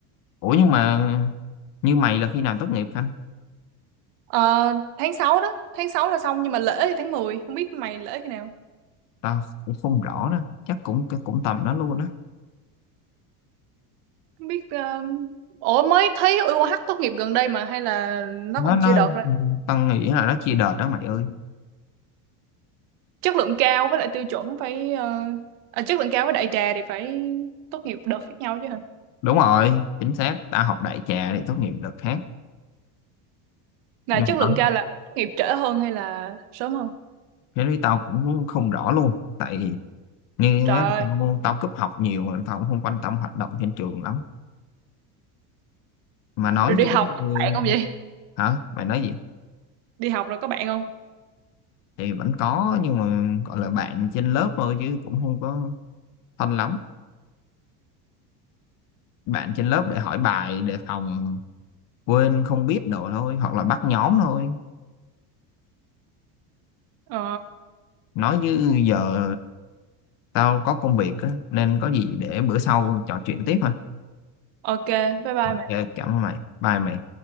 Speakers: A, on the left; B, on the right.
A: ủa nhưng mà như mày là khi nào tốt nghiệp anh
B: Ờ, tháng 6 đó, tháng 6 là xong nhưng mà lễ thì tháng 10 không biết mày lễ khi nào.
A: tao cũng không rõ nữa chắc cũng cũng tầm đó luôn á
B: Không biết um, ủa mới thấy UOH tốt nghiệp gần đây mà hay là nó
A: nó
B: còn
A: nó
B: chưa đợt ra.
A: ừ, tao nghĩ là nó chia đợt đó mày ơi
B: Chất lượng cao với lại tiêu chuẩn phải ờ, à, chất lượng cao với đại trà thì phải tốt nghiệp đợt khác nhau chứ hả?
A: đúng rồi chính xác tao học đại trà để tốt nghiệp đợt khác
B: Là
A: nhưng
B: chất
A: mà
B: lượng
A: đó
B: cao là tốt nghiệp trễ hơn hay là sớm hơn?
A: cái lý tao cũng không rõ luôn tại như
B: Trời
A: á,
B: ơi,
A: tao, tao cúp học nhiều mà tao cũng không quan tâm hoạt động trên trường lắm mà nói
B: rồi đi
A: chứ
B: học có
A: ừ,
B: bạn không vậy?
A: hả mày nói gì
B: Đi học rồi có bạn không?
A: thì vẫn có nhưng mà gọi là bạn trên lớp thôi chứ cũng không có thân lắm bạn trên lớp để hỏi bài để phòng quên không biết đồ thôi hoặc là bắt nhóm thôi
B: Ờ,
A: nói như giờ tao có công việc á, nên có gì để bữa sau trò chuyện tiếp ha
B: ok, bye bye
A: ok
B: mày.
A: cảm ơn mày bye mày